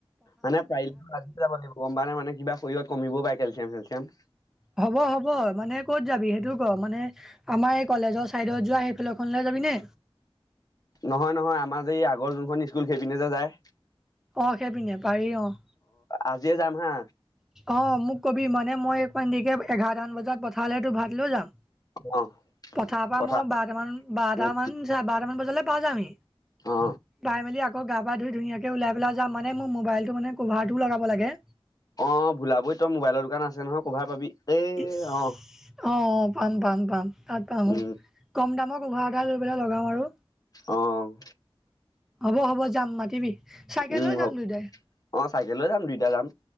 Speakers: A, on the left; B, in the centre.
A: মানে পাৰিলে আজি যাব লাগিব মানে-মানে কিবা শৰীৰত কমিবও পাৰে কেলচিয়াম চেলচিয়াম।
B: হ'ব- হ'ব মানে ক'ত যাবি সেইটো ক, মানে আমাৰ এই কলেজৰ চাইডত যোৱা সেইফাল খনলে য যাবি নে।
A: নহয়-নহয় আমাৰ যে এই আগৰ যোনখন স্কুল সেইপিনে যে যায়।
B: অ' সেইপিনে পাৰি অ'।
A: আজিয়েই যাম হা।
B: অ' মোক কবি মানে মই অকমান দেৰিকে এঘাৰটান বজাত পঠালে তোৰ ভাত লৈ যাম।
A: অ
B: পথাৰ পৰা
A: পঠা
B: মই বাৰটামান-বাৰটামান
A: উম
B: চা বাৰটামান বজালে পায় যামহি।
A: অ
B: পাই মেলি আকৌ, গা পা ধুই ধুনীয়াকে ওলাই পেলাই যোৱা মানে, মোৰ মোবাইলটো মানে কভাৰটো লগাব লাগে।
A: অ', ভোলাবই তই মোবাইলৰ দোকান আছে নহয় কভাৰ পাবি। এই
B: ইচ,
A: অ
B: অ' পাম, পাম- পাম তাত পাম
A: উম
B: অ', কম দামত কভাৰ এটা লৈ পেলাই লগাও আৰু।
A: অ'।
B: হ'ব- হ'ব যাম মাতিবি, চাইকেল
A: উম
B: লৈ যাম
A: হ'ব
B: দুইটাই।
A: অ' চাইকেল লৈ যাম, দুইটা যাম।